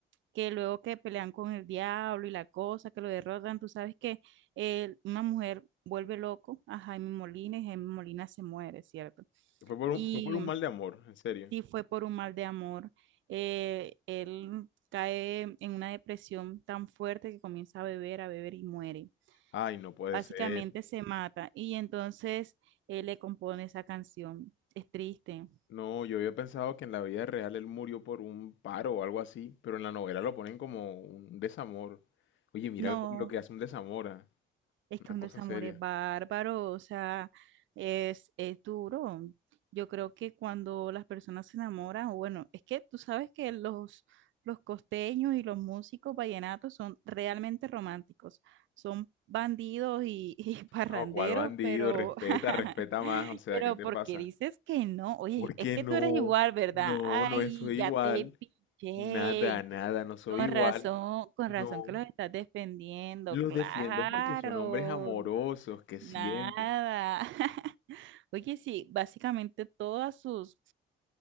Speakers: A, on the right (about 75°); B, on the left (about 75°).
A: que luego que pelean con el diablo y la cosa, que lo derrotan, tú sabes que eh, una mujer vuelve loco a Jaime Molina y Jaime Molina se muere, ¿cierto?
B: Fue por un,
A: Y
B: fue por un mal de amor, en serio.
A: sí fue por un mal de amor. eh, él cae en una depresión tan fuerte que comienza a beber, a beber y muere
B: Ay, no puede
A: básicamente
B: ser.
A: se mata y entonces él le compone esa canción. Es triste.
B: No, yo había pensado que en la vida real él murió por un paro o algo así, pero en la novela lo ponen como un desamor. Oye, mira
A: No,
B: lo, lo que hace un desamor, ah,
A: es
B: Una
A: que un
B: cosa
A: desamor
B: seria.
A: es bárbaro, o sea, es, es duro. Yo creo que cuando las personas se enamoran, o bueno, es que tú sabes que los, los costeños y los músicos vallenatos son realmente románticos. Son bandidos y, y <laughs> parranderos,
B: No, cuál bandido,
A: pero
B: respeta,
A: <laughs>
B: respeta más, o sea,
A: Pero
B: ¿qué te
A: porque
B: pasa?
A: dices que no? Oye,
B: Porque
A: es que
B: no,
A: tú eres igual, ¿verdad?
B: no,
A: Ay,
B: no soy
A: ya
B: igual.
A: te pillé.
B: Nada, nada, no soy
A: Con
B: igual.
A: razón, con
B: No.
A: razón que los estás defendiendo.
B: Los
A: Claro,
B: defiendo porque son hombres amorosos que
A: nada.
B: sienten.
A: <laughs> Oye, sí, básicamente todas sus,